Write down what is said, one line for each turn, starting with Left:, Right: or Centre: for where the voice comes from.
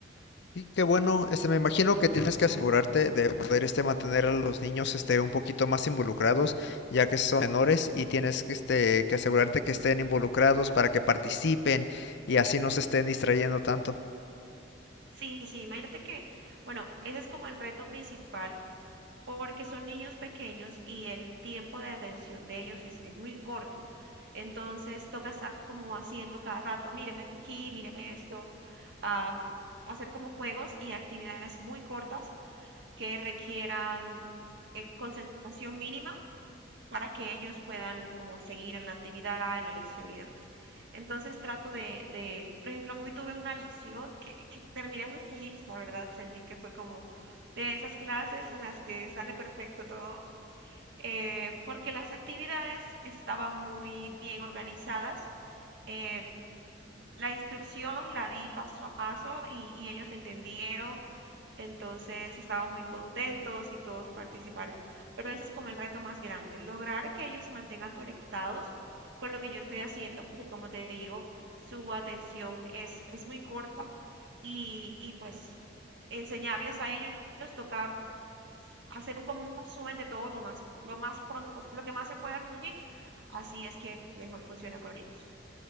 Left: Y qué bueno, este, me imagino que tienes que asegurarte de poder este mantener a los niños este un poquito más involucrados, ya que son menores y tienes que este que
Right: Sí,
Left: asegurarte que estén involucrados para que participen y así no se estén distrayendo tanto.
Right: sí, sí. Imagínate que, bueno, ese es como el reto principal porque son niños pequeños y el tiempo de atención de ellos es, es muy corto. Entonces toca estar como haciendo cada rato, míreme aquí, míreme esto, am, hacer como juegos y actividades muy cortas que requieran eh, concentración mínima para que ellos puedan como seguir en la actividad, en la lección y demás. Entonces trato de, de, por ejemplo, hoy tuve una lección que, que terminé muy feliz, la verdad, sentí que fue como de esas clases en las que sale perfecto todo, eh, porque las actividades estaban muy bien organizadas. eh, la instrucción la di paso a paso y, y ellos entendieron, entonces estaban muy contentos y todos participaron. Pero ese es como el reto más grande, lograr que ellos se mantengan conectados con lo que yo estoy haciendo, porque como te digo, su atención es, es muy corta y, y pues enseñarles a ellos toca hacer un, como un resumen de todo lo más, lo más pronto posible, lo que más se pueda resumir, así es que mejor funciona con ellos.